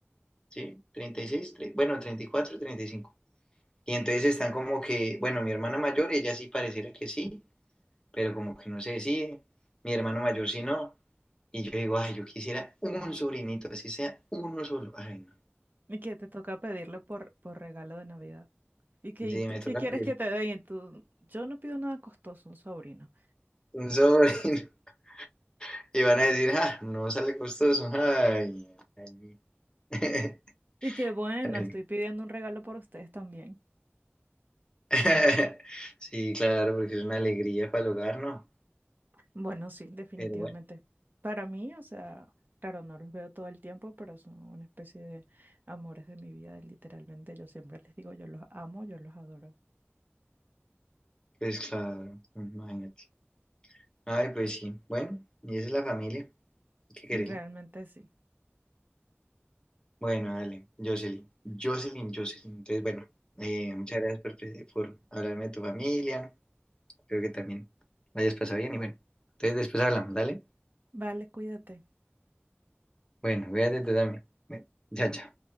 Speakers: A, on the left; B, on the right.
A: ¿sí? treinta y seis bueno, 34, 35. Y cinco. Y entonces están como que, bueno, mi hermana mayor, ella sí pareciera que sí, pero como que no se decide, mi hermano mayor sí no. Y yo digo, ay, yo quisiera un sobrinito, así sea uno solo. Ay, no.
B: Y que te toca pedirlo por, por regalo de Navidad. Y que,
A: Sí,
B: ¿y tú
A: me toca
B: qué quieres
A: pedir
B: que te den? Y tú, yo no pido nada costoso, un sobrino.
A: un sobrino. <laughs> Y van a decir, ah, no sale costoso. Ay, ay. <laughs>
B: Y que, bueno,
A: Ay,
B: estoy
A: no.
B: pidiendo un regalo por ustedes también.
A: <laughs> Sí, claro, porque es una alegría para el hogar, ¿no?
B: Bueno, sí, definitivamente.
A: Pero bueno.
B: Para mí, o sea, claro, no los veo todo el tiempo, pero son una especie de amores de mi vida, literalmente. Yo siempre les digo, yo los amo, yo los adoro.
A: Pues claro, imagínate. Ay, pues sí. Bueno, y esa es la familia. Hay que quererla.
B: Realmente sí.
A: Bueno, dale, Jocelyn. Jocelyn, Jocelyn. Entonces, bueno, eh, muchas gracias por, pre- por hablarme de tu familia. Creo que también la hayas pasado bien y bueno. Entonces, después hablamos, dale.
B: Vale, cuídate.
A: Bueno, cuídate tú también. Bueno, chao, chao.